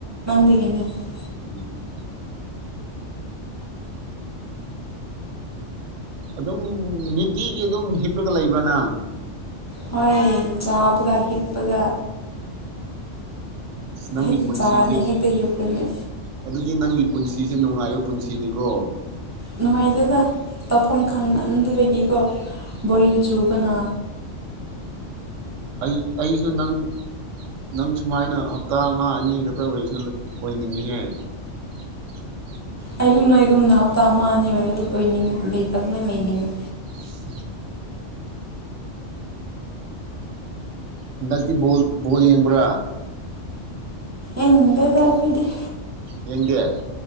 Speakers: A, on the right; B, on the right.
A: ꯑꯩꯗꯒꯤꯅꯤ <inaudible>
B: ꯎꯝ ꯑꯗꯨꯝ ꯅꯤꯇꯤꯒꯤ ꯑꯗꯨꯝ ꯍꯤꯞꯂꯒ ꯂꯩꯕ ꯅꯪ
A: ꯍꯣꯏ ꯆꯥꯕꯒ ꯍꯤꯞꯄꯒ
B: ꯑ ꯅꯪꯒꯤ
A: ꯍꯦꯛꯇ
B: ꯄꯨꯟꯁꯤꯁꯦ
A: ꯆꯥꯔꯅꯤ ꯍꯦꯛꯇ ꯍꯤꯞꯀꯅꯤ
B: ꯑꯗꯨꯗꯤ ꯅꯪꯒꯤ ꯄꯨꯟꯁꯤꯁꯦ ꯅꯨꯡꯉꯥꯏꯕ ꯄꯨꯟꯁꯤꯅꯤꯀꯣ
A: ꯅꯨꯡꯉꯥꯏꯇꯦꯗ ꯇꯧꯐꯝ ꯈꯪꯃꯟꯗꯕꯒꯤꯀꯣ ꯕꯣꯔꯤꯡ ꯆꯨꯕꯅꯥ
B: ꯑꯩ ꯑꯩꯁꯨ ꯅꯪ ꯅꯪ ꯁꯨꯃꯥꯏꯅ ꯍꯞꯇꯥ ꯑꯃ ꯑꯅꯤ ꯈꯛꯇ ꯑꯣꯏꯔꯁꯨ ꯑꯣꯏꯅꯤꯡꯉꯤꯍꯦ <inaudible>
A: ꯑꯩꯌꯨꯝꯗ ꯑꯩꯒꯨꯝꯗ ꯍꯞꯇꯥ ꯑꯃ ꯑꯅꯤ ꯑꯣꯏꯅꯤꯡꯉꯤ ꯂꯩꯃꯣꯏꯅ ꯂꯩꯅꯤꯡꯉꯤ
B: ꯎꯝ ꯍꯟꯗꯛꯇꯤ ꯕꯣꯜ ꯕꯣꯜ ꯌꯦꯡꯕ꯭ꯔꯥ
A: ꯏꯗꯕꯥꯔꯄꯗꯤ <unintelligible>
B: ꯌꯦꯡꯒꯦ